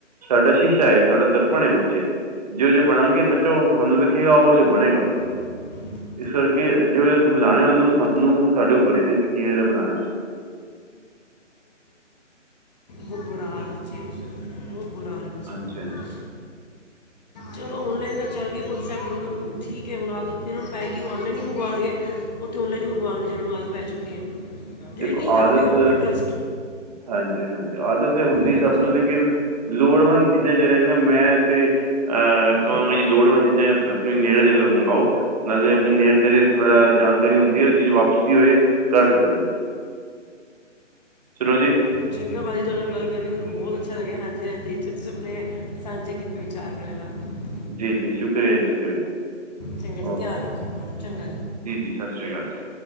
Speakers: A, on the right (about 30°); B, on the left (about 35°).
A: ਸਾਡਾ ਸ਼ੀਸ਼ਾ, ਸਾਡਾ ਦਰਪਣ ਏ ਬੱਚੇ, ਜਿਹੋ ਜਹੇ ਬਣਾਂਗੇ, ਬੱਚੇ ਤੁਹਾਨੂੰ ਦਿਖੇਗਾ ਉਹ ਜੋ ਬਣੇਗਾ।
B: <inaudible> <unintelligible>
A: ਇਸ ਕਰਕੇ, ਜੋ ਅਸੀਂ ਵਧਾਣਾ ਹੈ ਉਹਨੂੰ, ਸਾਨੂੰ ਆਪਣੇ ਉੱਪਰ ਹੀ ਧਿਆਨ ਦੇਣਾ ਪੈਣਾ। ਕਿਵੇਂ ਦਾ ਬਣਾਣਾ?
B: ਉਹ, ਬੁਰਾ ਹਾਲ ਹੈ ਬੱਚਿਆਂ
A: ਹਾਂਜੀ
B: ਦਾ।
A: ਹਾਂਜੀ
B: ਚਲੋ, ਔਨਲਾਈਨ ਦਾ ਚੱਲ ਗਿਆ ਐਕਸੈਪਟ ਹੈ ਠੀਕ ਹੈ, ਹੁਣ ਆਣ ਨੂੰ ਪੈ। ਕਿ ਉਹ ਲਾਈ ਹੀ ਮੰਗਵਾਣ, ਗਗੇ ਉਹ ਲਾਈਨ ਹੀ ਮੰਗਵਾਣਗੇ ਜਿਹਨਾਂ ਨੂੰ ਅ ਪੈ ਚੁੱਕੀ ਹੈ। ਜਿਹੜੇ
A: ਇੱਕ
B: ਨਹੀਂ ਕਰਦੇ
A: ਆਦਤ।
B: ਉਹ ਆਪਣਾ ਟਰਸਟ
A: ਹਾਂਜੀ, ਹਾਂਜੀ, ਆਦਤ ਤਾਂ ਸਭ ਨੂੰ ਹੁੰਦੀ
B: ਹਾਂਜੀ
A: ਹੈ, ਲੇਕਿਨ ਲੋੜਵੰਦ। ਚੀਜ਼ਾਂ ਜਿਹੜੀਆਂ ਨੇ ਨਾ, ਮੈਂ ਤਾਂ ਇਹੀ ਕਹਾਂਗਾ ਜੀ ਲੋੜਵੰਦ ਚੀਜ਼ਾਂ ਆਪਣੇ ਨੇੜੇ ਜਿਹੜੇ ਮੰਗੋ। ਨਾਲੇ ਆਪਣੇ ਨੇੜੇ-ਤੇੜੇ ਥੋੜ੍ਹੀ ਜਾਣਕਾਰੀ ਹੁੰਦੀ ਹੈ, ਉਹ ਚੀਜ਼ ਵਾਪਸੀ ਦੀ ਹੋਵੇ ਤਾਂ ਕਰ ਸਕਦੇ ਨੇ। ਸਿਰੋਜੀ
B: ਚੰਗਾ ਜੀ, ਨਾਲ ਗੱਲ ਕਰਕੇ ਮੈਨੂੰ ਬਹੁਤ ਅੱਛਾ ਲੱਗਿਆ, ਹਾਂਜੀ, ਹਾਂਜੀ, ਤੁਸੀਂ ਜੋ ਸਾਂਝੇ ਕੀਤੇ, ਉਹ ਚਾਰ ਮਿੰਟ ਵੀ ਬਹੁਤ ਨੇ ਧਨੇਵਾਦ।
A: ਜੀ ਜੀ, ਸ਼ੁਕਰੀਆ ਜੀ, ਸ਼ੁਕਰੀਆ।
B: ਚੰਗਾ ਜੀ
A: ਓਕੇ,
B: ਧਿਆਨ ਰੱਖੋ ਆਪਣਾ ਚੰਗਾ
A: ਜੀ ਜੀ ਸਤਿ ਸ੍ਰੀ ਅਕਾਲ ਜੀ।